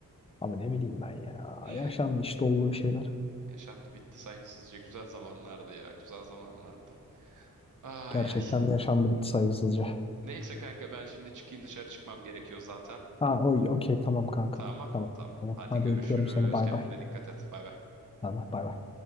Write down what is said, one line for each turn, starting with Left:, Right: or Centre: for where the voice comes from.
Left: Abi ne bileyim ben ya.
Right: <laughs>
Left: Yaşandı işte olduğu şeyler.
Right: Yaşandı bitti saygısızca. Güzel zamanlardı ya. Güzel zamanlardı. Ay
Left: Gerçekten
Right: ay.
Left: yaşandı bitti saygısızca.
Right: Neyse kanka ben şimdi çıkayım dışarı çıkmam gerekiyor zaten.
Left: Ha oy okey tamam kanka.
Right: Tamam.
Left: Tamam.
Right: Tamam.
Left: Tamam.
Right: Hadi
Left: Hadi
Right: görüşürüz.
Left: öpüyorum seni. Bay
Right: Kendine
Left: bay.
Right: dikkat et. Bay bay.
Left: Allah bay bay.